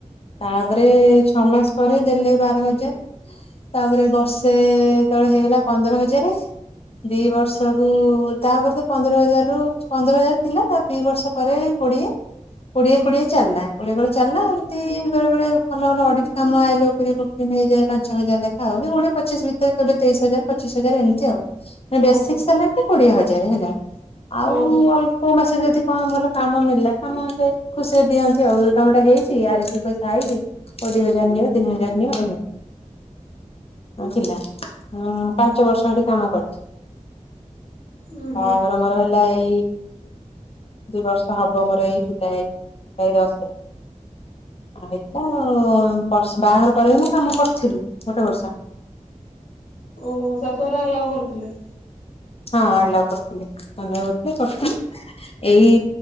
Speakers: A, on the left (about 50°); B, on the left (about 80°).
A: ତାପରେ ଛଅ ମାସ ପରେ ଦେଲେ ବାର ହଜାର। ତାପରେ ବର୍ଷେ ଯେତେବେଳେ ହେଇଗଲା ପନ୍ଦର ହଜାରେ। ଦି ବର୍ଷକୁୁ ତାପରେ ତ ପନ୍ଦର ହଜାର ରୁ ପନ୍ଦର ହଜାର ଥିଲା ତା ଦି ବର୍ଷ ପରେ କୋଡିଏ। କୋଡିଏ କୋଡିଏ ଚାଲିଲା କୋଡିଏ କୋଡିଏ ଚାଲିଲା ଏମିତି ବେଳେ ବେଳେ ଭଲ ଭଲ ଅଡିଟ କାମ ଆଇଲେ <inaudible> ପାଞ୍ଚ ଛଅ ହଜାର ଲେଖା ହଉ କୋଡିଏ ପଚିଶ ଭିତରେ କେବେ ତେଇଶି ହଜାର ପଚିଶ ହଜାର ଏମିତି ଆଉ। ବେସିକି
B: ଓହୋ
A: ସାଲାରି କୋଡିଏ ହଜାର ହେଲା ଆଉ
B: ଓହୋ
A: ଅଳ୍ପ ମାସ ଯଦି କଣ ଭଲ କାମ ମଳିଲା କାମ ଅନୁସାରେ ଖୁସିରେ ଦିଅନ୍ତି ଆଉ ଏଇ କାମଟା ହେଇଛି ଆରେ ଏତିକି ପଇସା ଆଇଛିି। ହଉ ଦି ହଜାର ନିଅ ତିନି ହଜାର ନି ଥିଲା ପାଞ୍ଚ ବର୍ଷ ହେଠି କାମ କରିଛି।
B: ଉୁଁ ହୁଁ
A: ବାହାଘର ମର ହେଲା ଏଇ ଦୁଇ ବର୍ଷ ହବ ମୋର ଏଇ ଜୁଲାଇ ଜୁଲାଇ ଦଶ ଆଉ ହେଇଥିଲା ଆଉ ବର୍ଷ ବାହାଘର ପରେ ବି ମୁଁ କାମ କରିଥିଲି ଗୋଟେ ବର୍ଷ।
B: ଓହୋ ଶାଶୁୁରା ଆଲାଓ କରିଥିଲେ।
A: ହଁ ଆଲାଓ କରଥିଲଥିଲେି <inaudible> କରିଥିଲି। ଏଇ